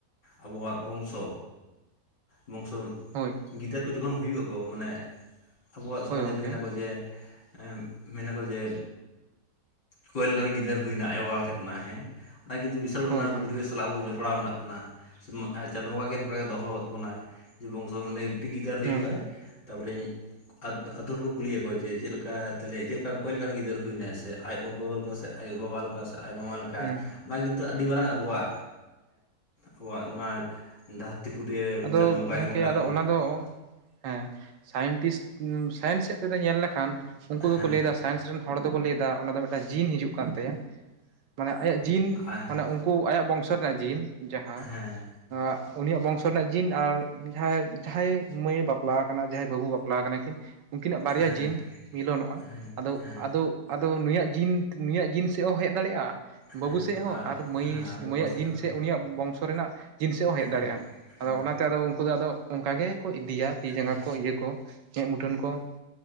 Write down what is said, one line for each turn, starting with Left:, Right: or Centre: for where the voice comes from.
Left: ᱟᱵᱚᱣᱟᱜ ᱵᱚᱝᱥᱚ, ᱵᱚᱝᱥᱚ
Right: ᱦᱳᱭ᱾
Left: ᱜᱤᱫᱽᱟᱹᱨ ᱠᱚ ᱡᱚᱠᱷᱚᱱ ᱦᱩᱭᱩᱜ ᱟᱠᱚ, ᱢᱟᱱᱮ ᱟᱵᱚᱣᱟᱜ ᱥᱚᱢᱟᱡᱽ
Right: ᱦᱳᱭ ᱜᱚᱝᱠᱮ
Left: ᱨᱮ ᱢᱮᱱ ᱟᱠᱚ ᱡᱮ ᱮᱸ, ᱢᱮᱱ ᱟᱠᱚ ᱡᱮ ᱚᱠᱚᱭ ᱞᱮᱠᱟᱱ ᱜᱤᱫᱟᱹᱨ ᱦᱩᱭᱱᱟ ᱟᱭᱳ ᱵᱟᱵᱟ ᱴᱷᱮᱡ ᱠᱷᱚᱱᱟᱜ ᱦᱮᱸ, ᱚᱱᱟ ᱠᱤᱱᱛᱩ ᱵᱤᱥᱟᱞ
Right: ᱦᱳᱭ
Left: ᱚᱱᱟ
Right: ᱦᱳᱭ
Left: ᱯᱚᱨᱤᱵᱮᱥ ᱥᱟᱞᱟᱜ ᱟᱵᱚ ᱡᱚᱯᱲᱟᱣ ᱢᱮᱱᱟᱜ ᱵᱚᱱᱟ᱾ ᱥᱮ ᱢᱟ ᱮ ᱪᱟᱸᱫᱳ ᱵᱚᱸᱜᱟ ᱜᱮ ᱱᱚᱝᱠᱟᱭ ᱜᱮ ᱱᱚᱠᱟᱭ ᱫᱚᱦᱚ ᱠᱟᱫ ᱵᱚᱱᱟᱭ ᱡᱮ ᱵᱚᱝᱥᱚ ᱢᱟᱱᱮ ᱴᱤ ᱜᱤᱫᱟᱹᱨ ᱦᱩᱭᱩᱜ-ᱟᱭ᱾
Right: ᱦᱳᱭ
Left: ᱛᱟᱯᱚᱨᱮ ᱟᱛ ᱟᱛᱳ ᱦᱚᱲ ᱠᱚ ᱠᱩᱞᱤᱭᱟᱠᱚ ᱡᱮ ᱪᱮᱫ ᱞᱮᱠᱟ ᱛᱟᱦᱞᱮ ᱪᱮᱫ ᱞᱮᱠᱟ ᱚᱠᱚᱭ ᱞᱮᱠᱟᱱ ᱜᱤᱫᱟᱹᱨ ᱦᱩᱭᱱᱟᱭ ᱥᱮ ᱟᱡ ᱜᱚᱜᱚ ᱞᱮᱠᱟ ᱥᱮ ᱟᱡ ᱵᱟᱵᱟ ᱞᱮᱠᱟ ᱥᱮ ᱟᱡ ᱢᱟᱢᱟ ᱞᱮᱠᱟ? ᱠᱟ
Right: ᱦᱩᱸ
Left: ᱵᱟᱝ ᱠᱤᱱᱛᱩ ᱟᱹᱰᱤ ᱢᱟᱨᱟᱝ ᱟᱵᱚᱣᱟ ᱟᱵᱚᱣᱟᱜ ᱱᱚᱣᱟ ᱫᱷᱟ ᱛᱤ ᱯᱷᱩᱴᱮ
Right: ᱟᱫᱚ
Left: ᱪᱟᱸᱫᱳ ᱵᱚᱸᱜᱟᱭ
Right: ᱜᱚᱝᱠᱮ
Left: ᱮᱢ ᱟᱠᱟᱫ
Right: ᱟᱫᱚ
Left: ᱵᱚᱱᱟᱭ᱾
Right: ᱚᱱᱟ ᱫᱚ ᱦᱮᱸ ᱥᱟᱭᱮᱱᱴᱤᱥᱴ ᱥᱟᱭᱮᱱᱥ ᱥᱮᱫ ᱛᱮᱫᱚ ᱧᱮᱞ ᱞᱮᱠᱷᱟᱱ ᱩᱱᱠᱩ
Left: ᱦᱮᱸ
Right: ᱫᱚᱠᱚ ᱞᱟᱹᱭᱮᱫᱴᱫᱟ ᱥᱟᱭᱮᱱᱥ ᱨᱮᱱ ᱦᱚᱲ ᱫᱚᱠᱚ ᱞᱟᱹᱭᱫᱟ ᱚᱱᱟ ᱫᱚ ᱢᱤᱫᱴᱮᱱ ᱡᱤᱱ ᱦᱤᱡᱩᱜ ᱠᱟᱱ ᱛᱟᱭᱟ᱾ ᱢᱟᱱᱮ ᱟᱭᱟᱜ ᱡᱤᱱ
Left: ᱦᱮᱸ
Right: ᱢᱟᱱᱮ ᱩᱝ ᱠᱩ ᱟᱭᱟᱜ ᱵᱚᱝᱥᱚ ᱨᱮᱱᱟᱜ ᱡᱤᱱ ᱡᱟᱦᱟᱸ
Left: ᱦᱮᱸ
Right: ᱟ ᱩᱱᱤᱭᱟᱜ ᱵᱚᱝᱥᱚ ᱠᱚᱨᱮᱱᱟᱜ ᱡᱤᱱ ᱟᱨ ᱡᱟᱦᱟᱸᱭ ᱡᱟᱦᱟᱸᱭ ᱢᱟᱹᱭ ᱵᱟᱯᱞᱟ ᱠᱟᱱᱟ ᱡᱟᱦᱟᱸᱭ ᱵᱟᱹᱵᱩ ᱵᱟᱯᱞᱟ ᱠᱟᱱᱟ ᱠᱤᱱ ᱩᱱᱠᱤᱱᱟᱜ ᱵᱟᱨᱭᱟ
Left: ᱦᱮᱸ
Right: ᱡᱤᱱ ᱢᱤᱞᱚᱱᱚᱜ-ᱟ
Left: ᱦᱮᱸ
Right: ᱟᱫᱚ
Left: ᱦᱮᱸ
Right: ᱟᱫᱚ ᱟᱫᱚ ᱱᱩᱭᱟᱜ ᱡᱤᱱ ᱱᱩᱭᱟᱜ ᱡᱤᱱ ᱥᱮᱫ ᱦᱚᱸ ᱦᱮᱡ ᱫᱟᱲᱮᱭᱟᱜ-ᱟ ᱵᱟᱹᱵᱩ
Left: ᱦᱮᱸ
Right: ᱥᱮᱫ ᱦᱚᱸ ᱟᱨ ᱢᱟᱹᱭ
Left: ᱦᱮᱸ ᱟᱨ
Right: ᱢᱟᱹᱭᱟᱜ
Left: ᱜᱚᱜᱚ
Right: ᱡᱤᱱ
Left: ᱦᱚᱸ
Right: ᱥᱮᱫ ᱩᱱᱤᱭᱟᱜ ᱵᱚᱝᱥᱚ ᱨᱮᱱᱟᱜ ᱡᱤᱱᱤᱥᱮᱜ ᱦᱚᱸ ᱦᱮᱡ
Left: ᱦᱮᱸ
Right: ᱫᱟᱲᱮᱜ-ᱟ,
Left: ᱦᱮᱸ
Right: ᱟᱫᱚ ᱚᱱᱟᱛᱮ ᱟᱫᱚ ᱩᱱᱠᱩ ᱫᱚ ᱟᱫᱚ ᱚᱱᱠᱟ ᱜᱮ ᱠᱚ ᱤᱫᱤᱭᱟ ᱛᱤ
Left: ᱦᱮᱸ
Right: ᱡᱟᱸᱜᱟ ᱠᱚ ᱤᱭᱟᱹ ᱠᱚ ᱢᱮᱫ ᱢᱩᱴᱷᱟᱹᱱ ᱠᱚ᱾